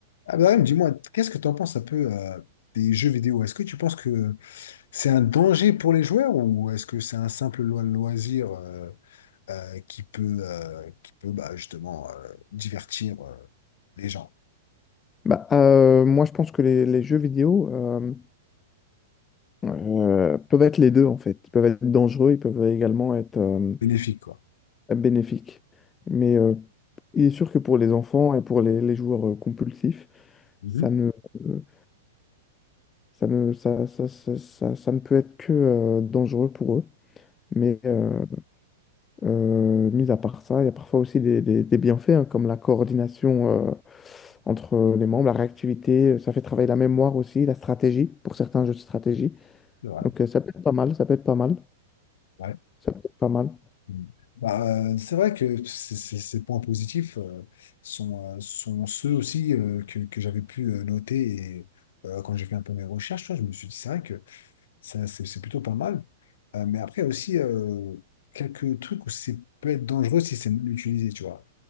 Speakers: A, on the left (about 70°); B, on the left (about 15°).
A: Abderrahim, dis-moi, qu'est-ce que tu en penses un peu euh, des jeux vidéo? Est-ce que tu penses que c'est un danger pour les joueurs ou est-ce que c'est un simple lo- loisir euh, euh, qui peut, euh, qui peut bah, justement euh, divertir euh, les gens?
B: Bah, euh, moi, je pense que les, les jeux vidéo euh, euh, peuvent être les deux, en fait. Ils peuvent être dangereux, ils peuvent également être euh,
A: Bénéfique, quoi.
B: bénéfiques. Mais euh, il est sûr que pour les enfants et pour les, les joueurs euh, compulsifs,
A: Mhm.
B: ça ne, euh, ça ne, ça, ça, ça, ça- ça ne peut être que euh, dangereux pour eux. Mais euh, euh, mis à part ça, il y a parfois aussi des, des- des bienfaits, hein, comme la coordination euh, entre les membres, la réactivité, ça fait travailler la mémoire aussi, la stratégie, pour certains jeux de stratégie.
A: C'est vrai,
B: Donc euh, ça peut être pas mal, ça peut être pas mal,
A: ouais.
B: ça peut être pas mal.
A: Mhm. Bah, euh, c'est vrai que c- c- ces points positifs euh, sont, euh, sont ceux aussi euh, que, que j'avais pu euh, noter et, euh, quand j'ai fait un peu mes recherches. tu vois, je me suis dit, c'est vrai que Ça, c'est c'est plutôt pas mal. Euh, mais après, il y a aussi euh, quelques trucs où c'est peut être dangereux si c'est mal utilisé, tu vois.